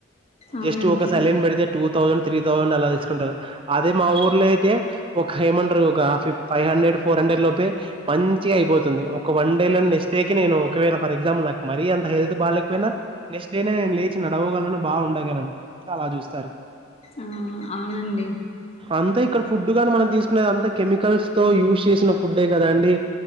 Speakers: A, on the left; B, on the right.
A: అవునండి.
B: జస్ట్ ఒక సలైన్ పెడితే టూ థౌసండ్ త్రీ థౌసండ్ అలా తీసుకుంటారు అదే మా ఊర్లో అయితే ఒక ఏమంటారు ఒక ఫిఫ్ ఫైవ్ హండ్రెడ్ ఫోర్ హండ్రెడ్ లోపే మంచిగా అయిపోతుంది ఒక వన్ నెక్స్ట్ డే నేను ఒకవేళ ఫర్ ఎగ్జాంపుల్ నాకు మరి అంత హెల్త్ బాలేకపోయినా నెక్స్ట్ డే నేను లేచి నడవగల ను బా ఉండగలను అలా చూస్తారు.
A: ఆ అవునండి.
B: అంతా ఇక్కడ ఫుడ్ గానే మనం తీసుకునేది అంత కెమికల్స్ తో యూజ్ చేసిన ఫుడ్డే కదా అండి.